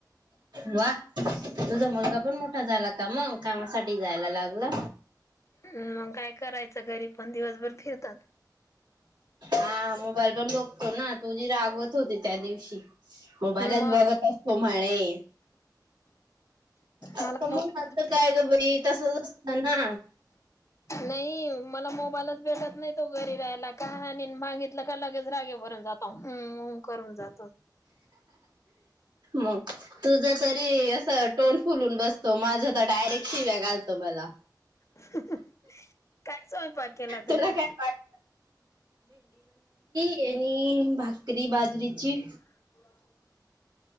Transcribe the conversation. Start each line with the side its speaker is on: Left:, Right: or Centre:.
Right: वा तुझा मलगा पण मोठा झाला. का मग कामासाठी जायला लागला.
Left: हम मग काय करायचं? घरी पण दिवसभर फिरतात.
Right: हा मोबाईल पण बघतो ना, तुझी रागवत होती त्या दिवशी. मोबाईलच
Left: मग
Right: बघत असतो म्हणे तर
Left: मला
Right: मग
Left: मोबाईल
Right: आतं काय ग बाई, तसच असतं ना.
Left: नाही मला मोबाईलच भेटत नाही तो घरी राहायला का, आणि <unintelligible> आलाका लगेच रागे भरून जातो, उउउ करून जातो.
Right: मग तुझ तरी असं तोंड फुलून बसतो, माझ तर डायरेक्ट शिव्या घालतो मला.
Left: हहह काय स्वयंपाक केला
Right: तुला
Left: तुने?
Right: काय वाटत केली भाकरी बाजरीची
Left: हो <unintelligible>